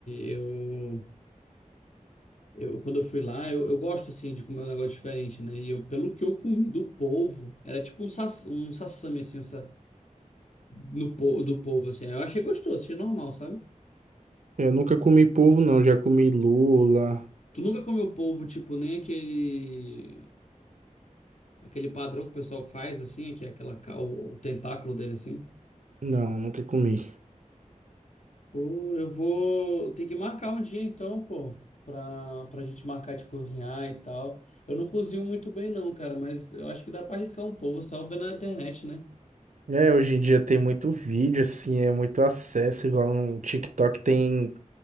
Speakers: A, on the left; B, on the right.
A: eu, eu quando eu fui lá, eu, eu gosto, assim, de comer um negócio diferente, né? E eu, pelo que eu comi do polvo, era tipo um, sass, um sassame, assim, um sa, no, po- do polvo, assim. Eu achei gostoso, achei normal, sabe?
B: Eu nunca comi polvo, não. Já comi lula.
A: Tu nunca comeu polvo, tipo, nem aquele. aquele padrão que o pessoal faz, assim, que é aquela, ca- o, o tentáculo dele, assim.
B: Não, nunca comi.
A: Pô, eu vou ter que marcar um dia, então, pô, pra, pra gente marcar de cozinhar e tal. Eu não cozinho muito bem, não, cara, mas eu acho que dá pra arriscar um pouco, só vendo na internet, né?
B: É, hoje em dia tem muito vídeo, assim, é muito acesso, igual no TikTok tem.